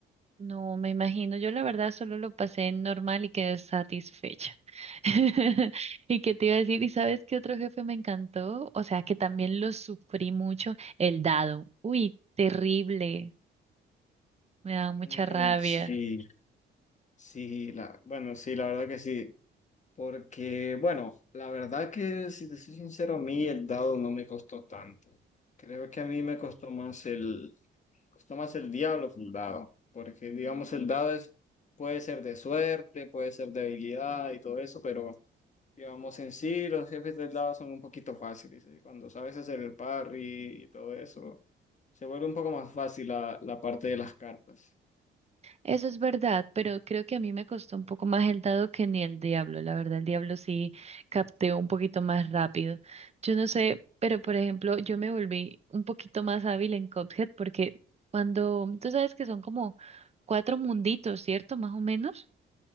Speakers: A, on the right (about 30°); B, on the left (about 35°).
A: No, me imagino, yo la verdad solo lo pasé normal y quedé satisfecha. <laughs> ¿Y qué te iba a decir? ¿Y sabes qué otro jefe me encantó? O sea, que también lo sufrí mucho, el dado. Uy, terrible, me da
B: Mm,
A: mucha rabia.
B: sí, sí, la, bueno, sí, la verdad que sí. Porque, bueno, la verdad que si te soy sincero, a mí el dado no me costó tanto. Creo que a mí me costó más el, costó más el diablo que un dado, porque digamos el dado es, puede ser de suerte, puede ser de habilidad y todo eso, pero digamos en sí los jefes del dado son un poquito fáciles, ¿eh? Cuando sabes hacer el parry y todo eso, se vuelve un poco más fácil la, la parte de las cartas.
A: Eso es verdad, pero creo que a mí me costó un poco más el dado que ni el diablo. La verdad, el diablo sí capteó un poquito más rápido. Yo no sé, pero por ejemplo, yo me volví un poquito más hábil en Cuphead porque cuando, tú sabes que son como cuatro munditos, ¿cierto? Más o menos.